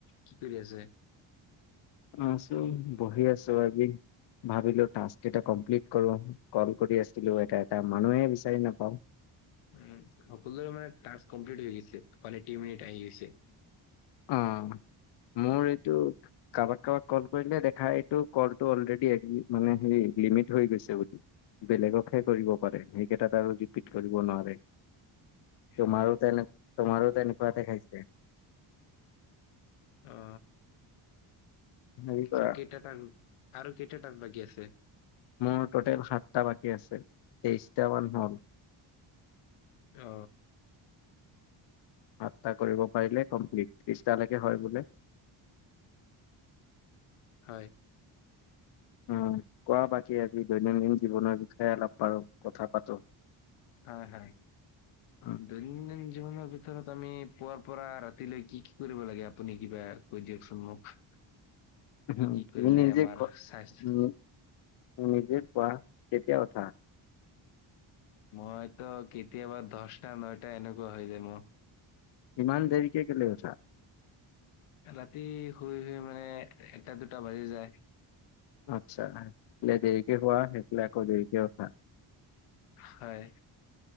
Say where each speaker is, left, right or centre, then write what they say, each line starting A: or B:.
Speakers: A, on the left (about 80°); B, on the left (about 55°).
A: কি কৰি আছে?
B: আছো বহি আছো আজি ভাবিলো টাস কেইটা কমপ্লিট কৰো। কল কৰি আছিলো এটা এটা মানুহে বিচাৰি নাপাওঁ।
A: উ সকলোৰে মানে টাচ কমপ্লিট হৈ গৈছে, মানে <unintelligible> মিনিট আহি গৈছে।
B: অ মোৰ এইটো কাৰোবাক কাৰোবাক কল কৰিলে দেখা এইটো কলটো অলৰেড মানে হে লিমিট হৈ গৈছে বুলি। বেলেগকহে কৰিব পাৰে, সেইকেইটাত আৰু ৰিপিত কৰিব নোৱাৰে। তোমাৰো
A: অ।
B: তেনে তোমাৰো তেনেকুৱা দে খাইছে
A: অ।
B: হেৰি কৰা
A: আৰু কেইটা টাইম আৰু কেইটা টাইম বাকী আছে?
B: মোৰ টটেল সাতটা বাকী আছে, তেইশটা মান হ'ল।
A: অ।
B: সাতটা কৰিব পাৰিলে কমপ্লিট ত্ৰিশটালৈকে হয় বোলে।
A: হয়।
B: উ কোৱা বাকী আজি দৈনন্দিন জীৱনৰ বিষয়ে অলপ বাৰু কথা পাতো।
A: হয় হয়
B: উম,
A: দুই দৈনন্দিন জীৱনৰ ভিতৰত আমি পুৱাৰ পৰা ৰাতিলৈ কি কি কৰিব লাগে আপুনি কিবা কৈ দিয়কচোন মোক। কি
B: উম,
A: কি
B: তুমি
A: কৰিলে
B: নিজে
A: আমাৰ
B: ক
A: স্বাস্থ
B: উম নিজে পোৱা তেতিয়া উথা।
A: মইতো কেতিয়াবা দচটা নটা এনেকুৱা হৈ যায় মোৰ।
B: ইমান দেৰিকে কেলে উঠা?
A: ৰাতি শুই শুই মানে এটা দুটা বাজি যায়।
B: আচ্ছা দেৰিকে হোৱা সেইফালে আকৌ দেৰিকে উঠা।
A: হয়।